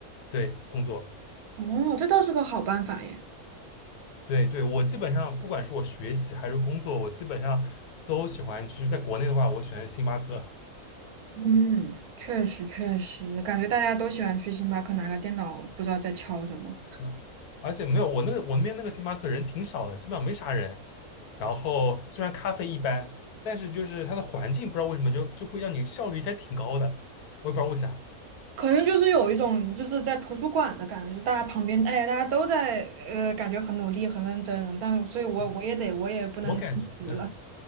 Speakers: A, on the left; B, on the right.
A: 对，工作。
B: 哦，这倒是个好办法耶。
A: 对对，我基本上不管是我学习还是工作，我基本上都喜欢去。在国内的话，我喜欢星巴克；
B: 嗯，确实确实，感觉大家都喜欢去星巴克拿个电脑，不知道在敲什么。
A: 嗯，而且没有，我那个我那边那个星巴克人挺少的，基本上没啥人。然后虽然咖啡一般，但是就是它的环境不知道为什么就就会让你效率还挺高的，我也不知道为啥。
B: 可能就是有一种就是在图书馆的感觉，就是大家旁边，哎，大家都在，呃，感觉很努力、很认真，但是，所以我我也得，
A: 嗯，
B: 我也不能自娱了。
A: 我感觉，嗯，